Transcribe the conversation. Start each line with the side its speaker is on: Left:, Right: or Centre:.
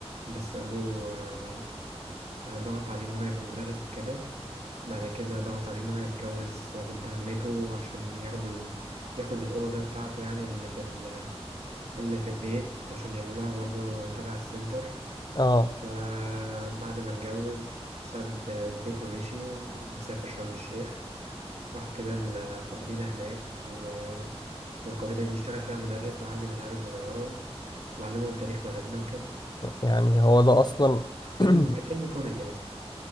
Right: بس أبوه آه، آه، ضغط عليه إن هو يبقى مدرس وكده بعد كده ضغط عليه إن هو يتجوز بنت عمته عشان ياخدوا ال... ياخد الأوضة بتاعته يعني اللي في ال... اللي في البيت عشان يعملوها برضو تبع السنتر
Left: اه
Right: فبعد ما اتجوز ساب البيت ومشي وسافر شرم الشيخ راح كده القبيلة هناك و... والقبيلة دي اشتغل فيها مدرس وعلم العيال الصغيرة و... وعلمهم تاريخ بلدنا وكده
Left: يعني هو ده اصلا
Right: فيلم
Left: <clears throat>
Right: فيلم كوميدي أصلا